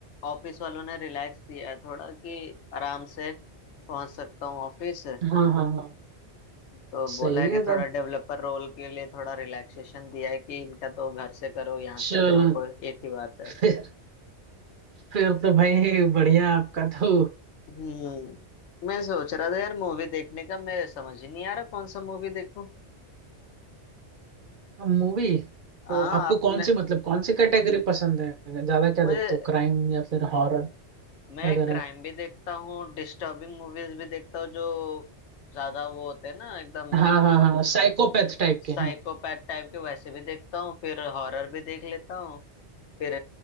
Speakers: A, on the left (about 80°); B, on the right (about 55°).
A: ऑफिस वालों ने रिलैक्स दिया है थोड़ा कि आराम से पहुंच सकता हूँ ऑफिस
B: हाँ हाँ हाँ
A: तो बोला
B: सही
A: है कि
B: है तब
A: थोड़ा डेवलपर रोल के लिए थोड़ा रिलैक्सेशन दिया है कि इनका तो घर से करो यहाँ से
B: चलो
A: करो कोई एक ही बात है
B: फिर फिर तो भाई बढ़िया आपका तो
A: हम्म मैं सोच रहा था यार मूवी देखने का मैं समझ ही नहीं आ रहा कौन सा मूवी देखूं
B: मूवी
A: हाँ
B: तो आपको
A: आपने
B: कौन सी मतलब कौन सी कैटेगरी पसंद है ज्यादा क्या
A: मुझे
B: देखते हो क्राइम या फिर हॉरर
A: मैं
B: वगैरह
A: क्राइम भी देखता हूँ डिस्टर्बिंग मूवीज भी देखता हूँ जो ज्यादा वो होते हैं ना एकदम
B: हाँ हाँ हाँ साइकोपैथ टाइप
A: साइकोपैथ
B: के हाँ
A: टाइप के वैसे भी देखता हूँ फिर हॉरर भी देख लेता हूँ फिर